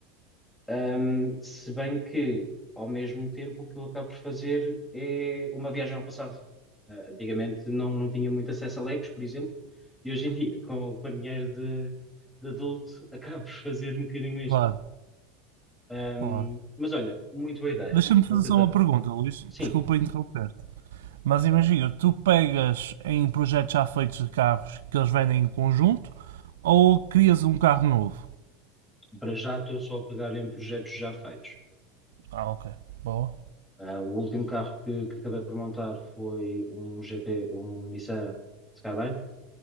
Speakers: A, in the centre; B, on the right.
A: Um, se bem que ao mesmo tempo o que eu acabo por fazer é uma viagem ao passado. Ah, antigamente não, não tinha muito acesso a Legos, por exemplo, e hoje em dia, <laughs> com, com dinheiro de, de adulto, <laughs> acabo por fazer um bocadinho isto.
B: Claro,
A: Um,
B: claro.
A: mas olha, muito boa ideia,
B: Deixa-me
A: vou
B: fazer
A: tentar.
B: só uma pergunta, Luís.
A: Sim,
B: Desculpa interromper-te. Mas imagina, tu pegas em projetos já feitos de carros que eles vendem em conjunto ou crias um carro novo?
A: para já estou só a pegar em projetos já feitos.
B: Ah, ok. Boa.
A: Ah, o último carro que, que acabei por montar foi um GT, um Nissan Skyline,